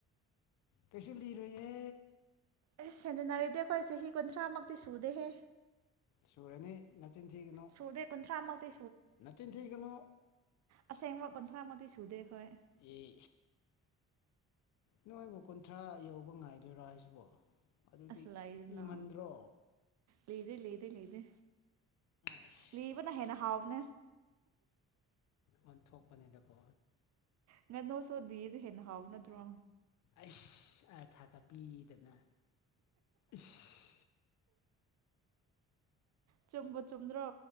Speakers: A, on the left; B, on the right.
A: ꯀꯁꯨ ꯂꯤꯔꯣꯏꯌꯦ
B: ꯑꯦꯁ ꯁꯦꯟꯅꯟꯅꯔꯗꯤꯦ ꯑꯩꯈꯣꯏ ꯆꯍꯤ ꯀꯨꯟꯊ꯭ꯔꯥꯃꯨꯛꯇꯤ ꯁꯨꯗꯦꯍꯦ
A: ꯁꯨꯔꯅꯤ ꯅꯆꯤꯟꯊꯤꯒꯅꯨ
B: ꯁꯨꯗꯦ ꯀꯨꯟꯊ꯭ꯔꯥꯃꯛꯇꯤ
A: ꯅꯆꯤꯟꯊꯤꯒꯅꯨ
B: ꯑꯁꯦꯡ ꯋꯥ ꯀꯨꯟꯊ꯭ꯔ ꯃꯛꯇꯤ ꯁꯨꯨꯗꯦꯈꯣꯏ
A: ꯑꯦ ꯅꯣꯏꯕꯨ ꯀꯨꯟꯊ꯭ꯔꯥ ꯌꯧꯕ ꯉꯥꯏꯗꯣꯏꯔꯣ ꯍꯥꯏꯁꯤꯕꯣ ꯑꯗꯨꯗꯤ
B: ꯑꯁ ꯂꯩꯅ
A: ꯂꯤꯃꯟꯗ꯭ꯔꯣ
B: ꯂꯤꯔ ꯂꯤꯔ ꯑꯩ ꯂꯤꯗꯦ
A: ꯑꯁ
B: ꯂꯤꯕꯅ ꯍꯦꯟꯅ ꯍꯥꯎꯕꯅ
A: ꯑꯣꯟꯊꯣꯛꯄꯅꯤꯗꯀꯣ
B: ꯉꯥꯅꯨꯁꯨ ꯂꯤꯔꯥ ꯍꯦꯅ ꯍꯥꯥꯎꯕꯅ ꯅꯠꯇꯔꯣ
A: ꯑꯁ ꯑꯥꯔꯊꯥꯒ ꯄꯤꯗꯅ ꯏꯁ
B: ꯆꯨꯝꯕ ꯆꯨꯝꯗ꯭ꯔꯣ